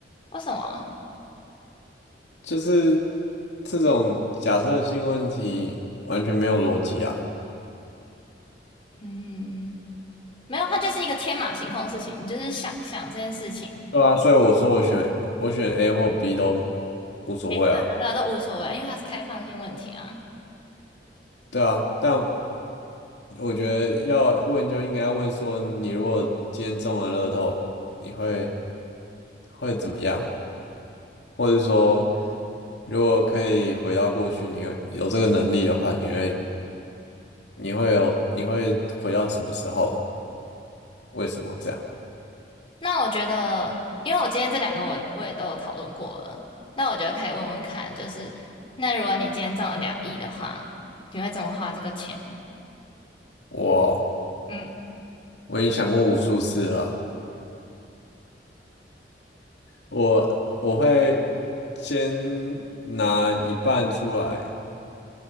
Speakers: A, on the left (about 30°); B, on the left (about 75°).
A: 为什么？
B: 就是这种假设性问题完全没有逻辑啊。
A: 嗯，没有，它就是一个天马行空的事情，你就是想象这件事情，
B: 对啊，所以我说我选我选 A 或 B 都无所谓啊。
A: 没他的都无所谓啊，因为它是开放性问题啊。
B: 对啊，但我觉得要问就应该问说，你如果今天中了乐透，你会会怎么样？或者说，如果可以回到过去，你有有这个能力的话，你会你会有你会回到什么时候？为什么这样？
A: 那我觉得，因为我今天这两个我我也都有讨论过了，那我觉得可以问问看，就是那如果你今天中了两亿的话，你会怎么花这个钱？
B: 我
A: 嗯，
B: 我已经想过无数次了啊我我会先拿一半出来。